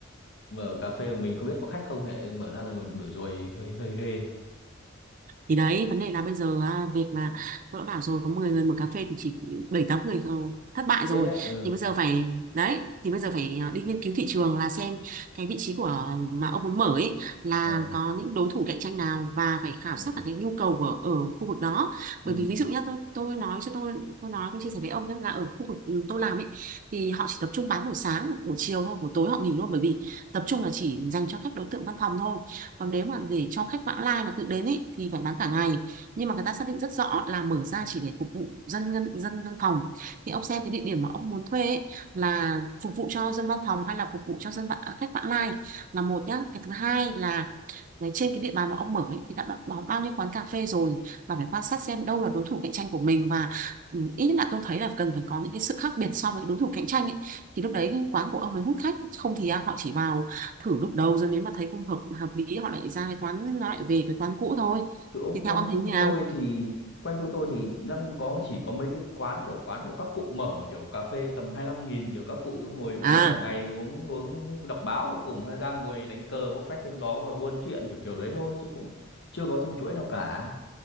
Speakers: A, on the left; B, on the right.
A: mở cà phê mà mình không biết có khách không hệ mở ra rồi còn đuổi ruồi hơi hơi ghê
B: thì đấy vấn đề là bây giờ à, việc là tôi đã bảo rồi có 10 người mở cà phê thì chỉ bảy tám người ờ, thất bại rồi
A: chết đấy ừ
B: thì bây giờ phải đấy thì bây giờ phải à, đi nghiên cứu thị trường là xem cái vị trí của mà ông muốn mở ấy là
A: ờ
B: có những đối thủ cạnh tranh nào và phải khảo
A: rồi
B: sát cả cái nhu cầu của ở khu vực đó
A: ừ.
B: bởi vì ví dụ nhá tôi tôi nói cho tôi tôi nói tôi chia sẻ với ông nhé là ở khu vực ừ, tôi làm ấy thì họ chỉ tập trung bán buổi sáng buổi chiều thôi buổi tối họ nghỉ luôn bởi vì tập trung là chỉ dành cho khách đối tượng văn phòng thôi còn nếu mà để cho khách vãng lai mà tự đến ý, thì phải bán cả ngày nhưng mà người ta xác định rất rõ là mở ra chỉ để phục vụ dân dân dân văn phòng thì ông xem cái địa điểm mà ông muốn thuê ý, là phục vụ cho dân văn phòng hay là phục vụ cho dân vãng, khách vãng lai là một nhá cái thứ hai là đấy, trên cái địa bàn mà ông mở ấy, thì đã có bao nhiêu quán cà phê rồi và phải quan sát xem đâu là đối thủ cạnh tranh của mình và ừ, ít nhất là tôi thấy là cần phải có những cái sự khác biệt so với đối thủ cạnh tranh ấy thì lúc đấy quán của ông mới hút khách không thì à, họ chỉ vào thử lúc đầu rồi nếu mà thấy không hợp hợp lý họ lại ra cái quán nó lại về cái quán cũ thôi
A: chỗ
B: thì theo
A: quanh
B: ông
A: khu
B: thấy như nào
A: tôi thì quanh khu tôi thì đang có chỉ có mấy cái quán kiểu quán kiểu các cụ mở kiểu cà phê tầm hai lăm nghìn kiểu các cụ cứ ngồi uống
B: à
A: cả ngày uống uống đọc báo đọc cùng hay ra ngồi đánh cờ bốc phét chém gió ngồi buôn chuyện kiểu kiểu đấy thôi chứ cũng chưa có thằng chuỗi nào cả